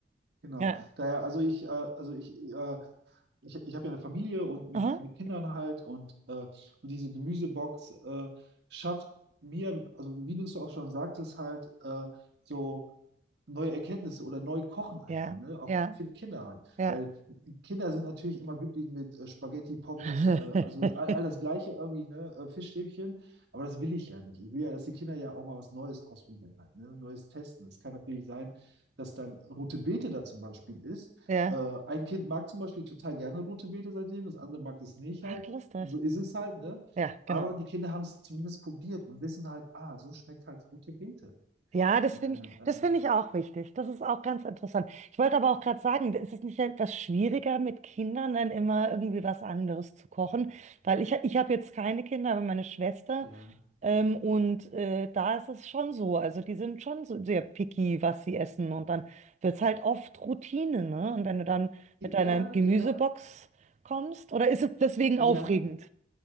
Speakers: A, on the right (about 65°); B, on the right (about 40°).
A: genau.
B: Ja.
A: Daher, also ich, äh, also ich, äh, ich, ich habe ja eine Familie und mit,
B: Aha.
A: mit Kindern halt und, äh, und diese Gemüsebox äh, schafft mir, also wie du es auch schon sagtest, halt äh, so neue Erkenntnisse oder neu kochen einfach,
B: Ja,
A: ne? Auch
B: ja,
A: für die Kinder halt.
B: ja.
A: Weil Kinder sind natürlich immer glücklich mit äh, Spaghetti, Pommes,
B: <laughs>
A: äh, also all, all das Gleiche irgendwie, ne? Äh, Fischstäbchen. Aber das will ich ja nicht. Ich will ja, dass die Kinder ja auch mal was Neues ausprobieren halt, ne? Neues testen. Es kann natürlich sein, dass dann rote Beete da zum Beispiel ist.
B: Ja.
A: Äh, ein Kind mag zum Beispiel total gerne rote Beete seitdem, das andere mag es nicht
B: Ach,
A: halt.
B: lustig.
A: So ist es halt, ne?
B: Ja,
A: Aber
B: genau.
A: die Kinder haben es zumindest probiert und wissen halt, ah, so schmeckt halt rote Beete.
B: Ja, das
A: Ah,
B: finde
A: ja,
B: ich, das
A: ähm,
B: finde ich auch wichtig. Das ist auch ganz interessant. Ich wollte aber auch gerade sagen, ist es nicht etwas schwieriger mit Kindern dann immer irgendwie was anderes zu kochen? Weil ich, ich habe jetzt keine Kinder, aber meine Schwester.
A: ja.
B: Ähm, und äh, da ist es schon so. Also die sind schon so sehr picky, was sie essen. Und dann wird es halt oft Routine, ne? Und wenn du dann mit deiner
A: Ja,
B: Gemüsebox
A: ja,
B: kommst, oder ist es deswegen
A: ja.
B: aufregend?